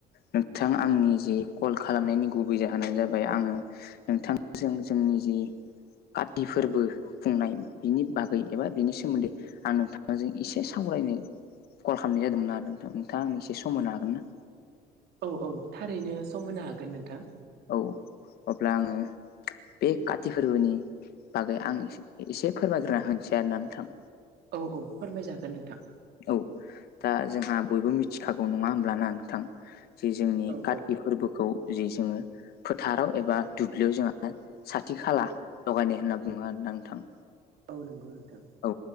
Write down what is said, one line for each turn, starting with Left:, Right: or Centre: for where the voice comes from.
Left: नोंथां आंनि जि कल खालामनायनि गुबै जाहोनानो जाबाय आङो नोंथांजों जोंनि जि काति फोरबो खुंनाय बिनि बागै एबा बिनि सोमोन्दै आं नोंथांजों इसे सावरायनो कल खालामनाय जादोंमोन आरो नोंथां नोंथाङा आंनो एसे सम मोनो हागोन ना?
Right: औ औ थारैनो सम होनो हागोन नोंथां।
Left: औ अब्ला आङो बे काति फोरबोनि बागै आं इस इसे फोरमायग्रोना होनोसै आरोना नोंथां
Right: औ औ फोरमायजागोन नोंथां
Left: औ दा जोंहा बयबो मिथिखागौ नङा होमब्लाना नोंथां जे जोंनि
Right: औ
Left: काति
Right: औ
Left: फोरबोखौ जे जोङो फोथाराव एबा दुब्लियाव जोंहा साथि खाला लगायनाय होनना बुङो आरोना नोंथां
Right: औ नोंगौ नोंथां
Left: औ